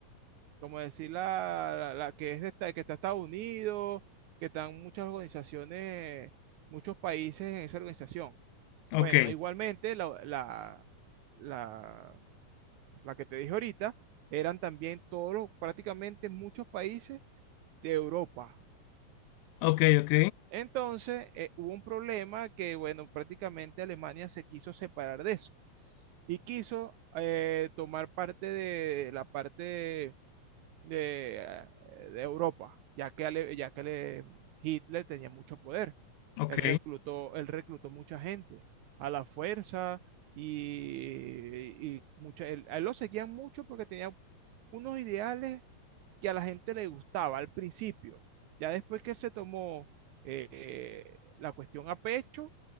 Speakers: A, on the right; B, on the left.
A: como decir la, la- la que es de esta- que está Estados Unidos, que están muchas organizaciones, muchos países en esa organización.
B: ok,
A: Bueno, igualmente la, la, la, la que te dije ahorita, eran también todos, los- prácticamente muchos países de Europa.
B: ok, ok,
A: Entonces, eh, hubo un problema que, bueno, prácticamente Alemania se quiso separar de eso y quiso eh, tomar parte de la parte de, de, eh, de Europa, ya que, Ale- ya que Ale- Hitler tenía mucho poder.
B: ok.
A: Él reclutó, él reclutó mucha gente a la fuerza y, y mucha, él, a él lo seguían mucho porque tenía unos ideales que a la gente le gustaba al principio. Ya después que se tomó eh, eh, la cuestión a pecho,